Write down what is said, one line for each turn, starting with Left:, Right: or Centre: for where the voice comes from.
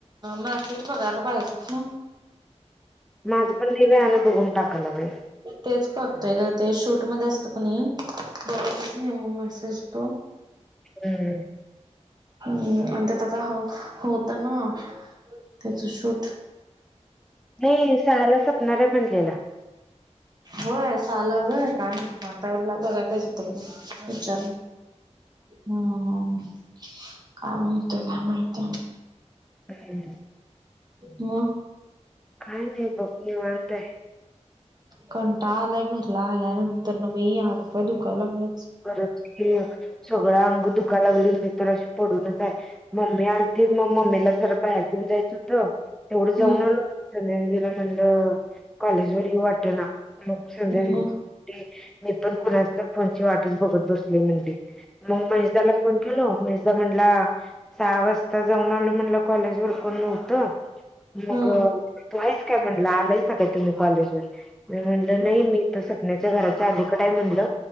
Right: मसेच बघायला पाहिजे ना.
Centre: माझं पण नेह्यानं बघून टाका लागलोय.
Right: तेच थक्तोय का ते शूट मध्ये असलं पण नाही बघतच ने मेसेज तो
Centre: हम्म.
Right: हम्म आणि त्याचा हो होत ना त्याच शूट
Centre: नाही सहाला सपणार आहे म्हणलेला.
Right: होय साहला होय की माहित मग बघायला पाहिजे त्याच्याकडे विचार ह. काय म्हणतो काय माहित?
Centre: हम्.
Right: म
Centre: काय नाही बघ निवांत आहे.
Right: कंटाळ आलाय घरला आल्यानंतर न बाई हातपाय दुखायला लागलं.
Centre: गरज क सगळं अंग दुखालागले मी तर आज पडूनच आहे. मम्मी आलती मग मम्मीला जरा बाहेर देेऊन जायच होतं तेवढं
Right: हम्म
Centre: जाऊन आल. संध्या दिदीला म्हणलं कॉलेज व वाट ना मग संध्या दिदी
Right: मग
Centre: मी पण खुणा तर वाट बघत बसली म्हणे म मैसदाला फोन केल मैसदा म्हंला. सहा वाजता जाऊन आल म्हणला कॉलेज वर कोण नव्हतं. मग
Right: हम्म
Centre: तू आहेस काय म्हणलं आलाय काय तुम्ही कॉलेजवर म म्हणलं
Right: हम्म
Centre: नाही मी तर सपन्याच्या घराच्या आलीकडेय म्हणल